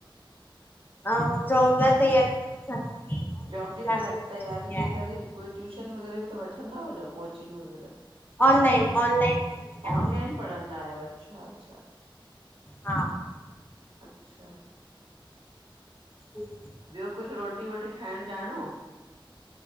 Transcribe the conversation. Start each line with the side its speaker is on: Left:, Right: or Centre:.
Left: ऐं जॉब लाइ तैयारी लाइ मां घर में ई ऑनलाइन
Right: जॉब जी
Left: क्लासेस
Right: त
Left: वठंदी
Right: तैयारी
Left: आहियां
Right: जे करे कोई ट्यूशन वग़ैरह ॿि त वठंदा हुजो कोचिंग वग़ैरह?
Left: ऑनलाइन ऑनलाइन वठंदी आहियां
Right: ऑनलाइन पढ़ंदा आहियो अच्छा-अच्छा।
Left: हा
Right: अच्छा
Left: जी
Right: ॿियो कुझु रोटी वोटी ठाहिण ॼाणो?